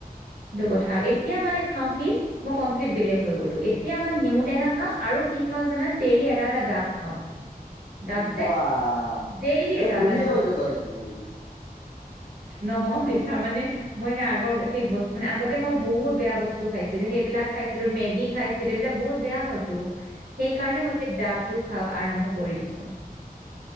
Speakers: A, on the right (about 80°); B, on the left (about 75°).
A: সেইটো কথা আৰু এতিয়া মানে খাওঁ কি মই কমপ্লিট বেলেগ হৈ গলোঁ এতিয়া মই নেমু টেঙা খাওঁ আৰু কি খাওঁ জানা ডেইলি এটা এটা ডাব খাওঁ তাৰপিছে
B: বাহ
A: দেইলি
B: এ
A: এটা
B: ধুনীয়া
A: এটা খাওঁ
B: হৈ যাবা দেখোন আৰু বেছি।
A: নহয় তাৰমানে মই সে আগৰ সেই বস্তু মানে আগতে মই বহুত বেয়া খাইছিলোঁ সেইবিলাক খাইছিলোঁ খাইছিলোঁ এইবিলাক বহুত বেয়া হয়তো সেইকাৰণে মই এতিয়া ডাবটো খাওঁ আৰম্ভ কৰি দিছো